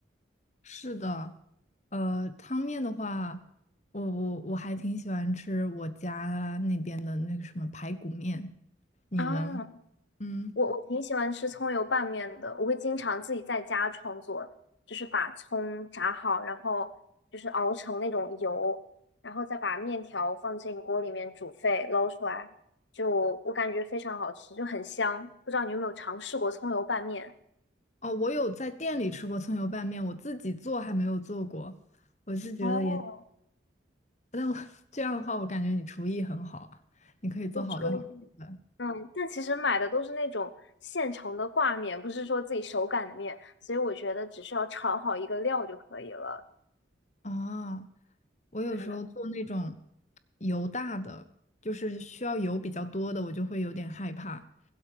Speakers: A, on the left; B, on the left.
A: 是的，呃，汤面的话，我我我还挺喜欢吃我家那边的那个什么排骨面，你呢？
B: 啊，
A: 嗯，
B: 我我挺喜欢吃葱油拌面的，我会经常自己在家创作，就是把葱炸好，然后就是熬成那种油，然后再把面条放进锅里面煮沸，捞出来，就我感觉非常好吃，就很香。不知道你有没有尝试过葱油拌面？
A: 哦，我有在店里吃过葱油拌面，我自己做还没有做过，我是觉得也，
B: 哦，
A: 但我 <laughs> 这样的话，我感觉你厨艺很好啊你可以做好多好吃的
B: 不吹，嗯，但其实买的都是那种现成的挂面，不是说自己手擀的面，所以我觉得只需要炒好一个料就可以了，
A: 啊。我有时候做那种
B: 也还蛮。
A: 油大的，就是需要油比较多的，我就会有点害怕，